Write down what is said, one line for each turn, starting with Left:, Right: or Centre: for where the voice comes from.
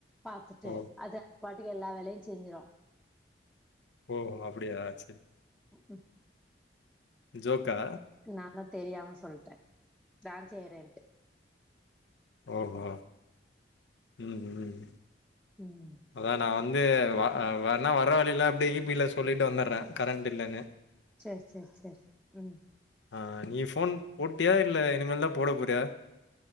Centre: பாத்துட்டு
Left: ஓ
Centre: அத பாட்டுக்கு எல்லா வேலையு செஞ்சிரோ
Left: ஓ அப்படியா செரி
Centre: ம்
Left: ஜோக்கா
Centre: நானா தெரியாம சொல்ட்டே டான்ஸ் ஏரண்ட்டு
Left: ஓஹோ ம் ம்
Centre: ம்
Left: அதா நா வந்து அ வேணா வர வழியில அப்டியே ஈ பில சொல்லிட்டு வந்துடுறே கரண்ட் இல்லன்னு
Centre: செர் செர் செர் ம்
Left: ஆங் நீ போன் போட்டியா இல்ல இனிமேல்தா போட போறியா